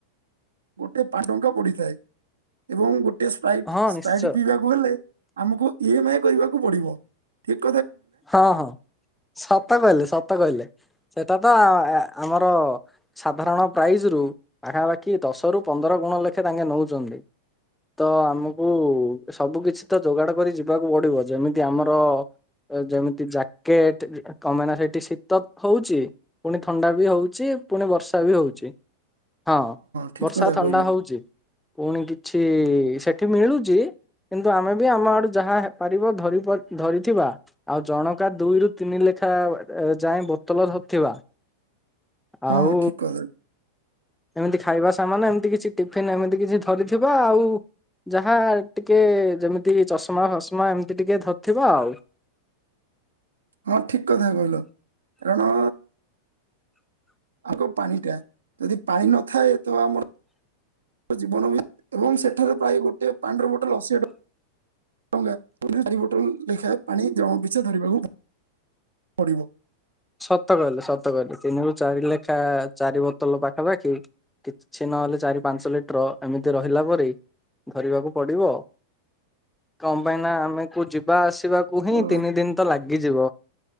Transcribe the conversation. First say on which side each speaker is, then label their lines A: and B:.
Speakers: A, on the right (about 85°); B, in the centre.
A: ଗୋଟେ ପାଟଙ୍କା ପଡିଥାଏ। ଏବଂ ଗୋଟେ ଏ ସ୍ପାଇଟ୍
B: ହଁ
A: ସ୍ପାଇଟ୍
B: ନିଶ୍ଚୟ
A: ପିଇବାକୁ ହେଲେ ଆମକୁ ଇ ଏମ୍ ଆଇ କରିବାକୁ ପଡିବ। ଠିକ୍
B: ହଁ ହଁ ସତ କହିଲେ ସତ କହିଲେ। ସେଟା ତ ଆମର ସାଧାରଣ ପ୍ରାଇଜ୍ ରୁ ପାଖାପାଖି ଦଶ ରୁ ପନ୍ଦରଣ କଣ ଲେଖେ ତାଙ୍କେ ନଉଛନ୍ତି। ତ ଆମକୁ ସବୁ କିଛି ତ ଯୋଗାଡ କରି ଯିବାକୁ ପଡିବ। ଯେମିତି ଆମର ଯେମିତି ଜ୍ୟାକେଟ୍ କମେ ନା ସେଇଠି ଶୀତ ହଉଛି। ପୁଣି ଥଣ୍ଡା ବି ହଉ ସିଏ ପୁଣି ବର୍ଷା ବି ହଉଛି। ହଁ
A: ଠିକ
B: ବର୍ଷା
A: କଥା
B: ଥଣ୍ଡା
A: କହିଲ
B: ହଉଛି। ପୁଣି କିଛି ସେଠ ଏଠି ମିଳୁଛି କିନ୍ତୁ ଆମେ ବି ଆମ ଆଡୁ ଯାହା ପାରିବ ଧରି ପା ଧରିଥିବା। ଆଉ ଜଣକା ଦୁଇରୁୁ ତିନି ଲେଖା ଯାଏ ବୋତଲ ଧରିଥିବା।
A: ହଁ
B: ଆଉ
A: ଠିକ କଥା
B: ଏମିତି ଖାଇବା ସାମାନ ଏମିତି କିଛି ଟିଫନ୍ ଏମିତି କିଛି ଧରିଥିବା ଆଉ। ଯାହା ଟିକେ ଯେମିତି ଚଷମା ଫସମା ଏମିତି ଟିକେ ଧରିଥିବ ଆଉ। <inaudible>
A: ହଁ ଠିକ୍ କଥା କହିଲ। କାରଣ ଆଗ ପାଣି ଟା ଯଦି ପାଣି ନଥାଏ ତ ଆମର ଜୀବନ ଏବଂ ସେଠାରେ ପ୍ରାୟ ଗୋଟିଏ ପାଣ୍ଡର ବୋଟଲ ଅଶୀ ଟଙ୍କା। ଟଙ୍କା ପୁରା ଚାରି ବୋଟଲ ଲେଖାଏ ପାଣି ଜନଙ୍କ ପିଛା ଧରିବାକୁ ପିଡିବ।
B: ସତ କହିଲେ, ସତ କହିଲି ତିନିରୁ ଚାରି ଲେଖା ଚାରି ବୋତଲ ପାଖାପାଖି କିଛି ନହେଲେ ଚାରି ପାଞ୍ଚ ଲିଟର ଏମିତି ରହିଲା ପରେ ଧରିବାକୁ ପଡିବ କଣ ପାଇଁ ନା ଆମେ କଉ ଯିବା ଆସ ବାକୁ ହିଁ,
A: ଅ
B: ତିନି ଦିନ ତ ଲାଗିଯିବ